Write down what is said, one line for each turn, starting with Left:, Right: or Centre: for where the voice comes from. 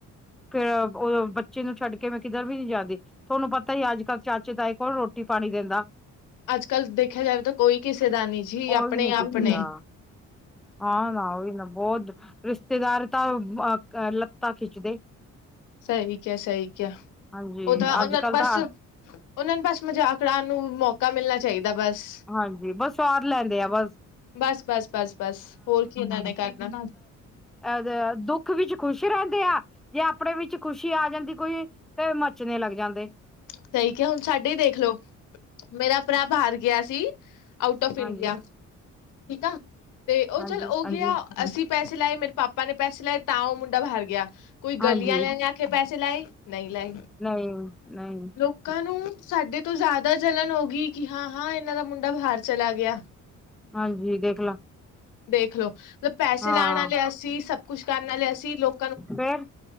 Centre: ਫੇਰ ਉਹ ਬੱਚੇ ਨੂੰ ਛੱਡ ਕਿਵੇਂ ਕਿੱਧਰ ਵੀ ਨੀ ਜਾਂਦੀ ਤੁਹਾਨੂੰ ਪਤਾ ਹੀ ਅੱਜ ਕੱਲ੍ਹ ਚਾਚੇ ਤਾਏ ਕੋਲ ਰੋਟੀ ਪਾਣੀ ਦਿੰਦਾ
Left: ਅੱਜ ਕੱਲ੍ਹ ਦੇਖਿਆ ਜਾਵੇ ਤਾਂ ਕੋਈ ਕਿਸੇ ਦਾ ਨਹੀਂੀ ਸੀ
Centre: ਉਹ
Left: ਆਪਣੇ
Centre: ਵੀ ਨੀ
Left: ਆਪਣੇ
Centre: ਕਿਸੇ ਦਾ ਹਾਂ ਨਾ ਉਹੀ ਨਾ ਬਹੁਤ ਰਿਸ਼ਤੇਦਾਰ ਤਾਂ ਲੱਤਾਂ ਖਿੱਚਦੇ
Left: ਸਹੀ ਕਿਹਾ ਸਹੀ ਕਿਹਾ ਹੈ
Centre: ਹਾਂਜੀ
Left: ਉਹ ਤਾਂ
Centre: ਅੱਜ
Left: ਉਹਨਾਂ
Centre: ਕੱਲ
Left: ਨੂੰ
Centre: ਤਾਂ
Left: ਬਸ ਉਹਨਾਂ ਨੂੰ ਬਸ ਮਜ਼ਾਕੜਾ ਨੂੰ ਮੌਕਾ ਮਿਲਣਾ ਚਾਹੀਦਾ ਬਸ
Centre: ਹਾਂਜੀ ਬਸ ਸਵਾਦ ਲੈਂਦੇ ਆ ਬਸ
Left: ਬਸ ਬਸ ਬਸ ਬਸ ਹੋਰ ਕੀ ਇਹਨਾਂ ਨੇ ਕਰਨਾ
Centre: ਅਹ ਦੁੱਖ ਵਿੱਚ ਖੁਸ਼ ਰਹਿੰਦੇ ਆ ਜੇ ਆਪਣੇ ਵਿੱਚ ਖੁਸ਼ੀ ਆ ਜਾਂਦੀ ਕੋਈ ਤੇ ਮੱਚਣੇ ਲੱਗ ਜਾਂਦੇ
Left: ਸਹੀ ਕਿਹਾ ਹੁਣ ਸਾਡੇ ਹੀ ਦੇਖਲਓ ਮੇਰਾ ਭਰਾ ਬਾਹਰ ਗਿਆ ਸੀ ਆਊਟ ਫ ਇੰਡੀਆ
Centre: ਹਾਂਜੀ
Left: ਠੀਕ ਆ ਤੇ ਉਹ
Centre: ਹਾਂਜੀ
Left: ਚੱਲ ਹੋ
Centre: ਹਾਂਜੀ
Left: ਗਿਆ ਅਸੀਂ ਪੈਸੇ ਲਾਏ ਮੇਰੇ ਪਾਪਾ ਨੇ ਪੈਸੇ ਲਾਏ ਤਾਂ ਉਹ ਮੁੰਡਾ ਬਾਹਰ ਗਿਆ ਕੋਈ
Centre: ਹਾਂਜੀ
Left: ਗਲੀਆਂ ਲੈ ਉਥੇ ਪੈਸੇ ਲਏ ਨਹੀਂ ਲਏ
Centre: ਨਹੀਂ ਨਹੀਂ
Left: ਲੋਕਾਂ ਨੂੰ ਸਾਡੇ ਤੋਂ ਜ਼ਿਆਦਾ ਜਲਣ ਹੋ ਗਈ ਕਿ ਹਾਂ ਹਾਂ ਇਹਨਾਂ ਦਾ ਮੁੰਡਾ ਬਾਹਰ ਚਲਾ ਗਿਆ
Centre: ਹਾਂਜੀ ਦੇਖ ਲ
Left: ਦੇਖਲੋ ਮਤਲਬ ਪੈਸੇ
Centre: ਹਾਂ
Left: ਲਾਉਣ ਵਾਲੇ ਅਸੀਂ ਸਭ ਕੁੱਛ ਕਰਨ ਵਾਲੇ ਅਸੀਂ ਲੋਕ
Centre: ਫੇਰ